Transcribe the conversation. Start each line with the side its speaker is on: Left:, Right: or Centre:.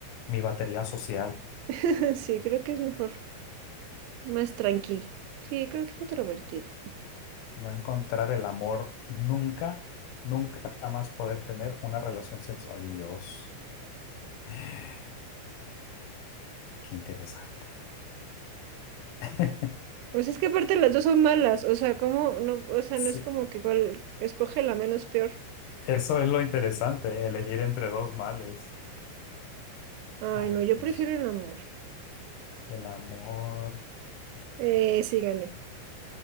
Left: mi batería social.
Right: <laughs> Sí, creo que es mejor. Más tranqui. Sí, creo que introvertido.
Left: No encontrar el amor nunca, nunca jamás poder tener una relación sexual. Ay, Dios, <gasps> qué interesante. <laughs>
Right: Pues es que aparte las dos son malas. O sea, como... No, o sea,
Left: Sí,
Right: no es como que cuál escoge la menos peor.
Left: eso es lo interesante, elegir entre dos males.
Right: Ay,
Left: Ay,
Right: no, yo
Left: Dios,
Right: prefiero el amor.
Left: el amor,
Right: Eh, sí, gané.